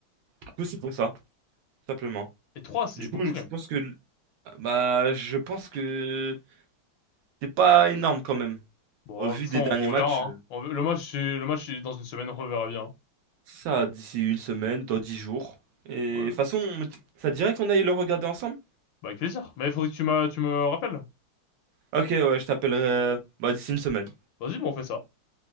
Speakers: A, on the right (about 75°); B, on the left (about 75°).
A: Du coup c'est pour ça simplement.
B: Et trois, c'est
A: Du
B: beaucoup
A: coup, je
B: quand même.
A: pense que bah je pense que c'est pas énorme quand même.
B: Bon,
A: Au vu
B: de toute façon,
A: des derniers
B: on
A: matchs,
B: verra,
A: euh,
B: hein. On- le match, c'est- le match, c'est dans une semaine, on verra bien.
A: ça d'ici une semaine, dans dix jours. Et
B: Ouais.
A: de toute façon, ça te dirait qu'on aille le regarder ensemble?
B: Bah, avec plaisir. Mais il faudrait que tu me, tu me rappelles.
A: Ok, ouais, je t'appellerai euh, bah, d'ici une semaine.
B: Vas-y, bon, on fait ça.